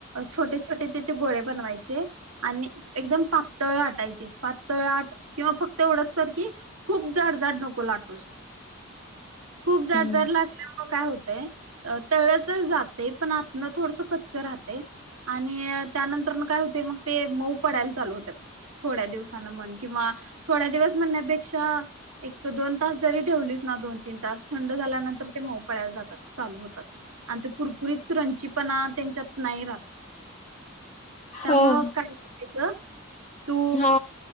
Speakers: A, on the right; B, on the left.
A: छोटे-छोटे त्याचे गोळे बनवायचे आणि एकदम पातळ लाटायचे, पातळ लाट किंवा फक्त एवढंच कर की खूप जाड-जाड नको ला खस खूप जाड-जाड
B: हम्म
A: लाटल्यावर मग काय होतय तळलं तर जाते पण आतनं थोडस कच्चा राहते आणि त्यानंतर न काय होते मग ते मऊ पडायला चालू होत्यात, थोड्या दिवसान म्हण किंवा थोड्या दिवस म्हणण्यापेक्षा एक-दोन तास जरी ठेवली दोन-तीन तास थंड झाल्यानंतर मग मऊ पडायला जातात चालू होतात आणि ते कुरकुरीत क्रंची पण त्यांच्यात नाही राहत, तत्यामुळं
B: ह
A: काही चुकीचं तू
B: हा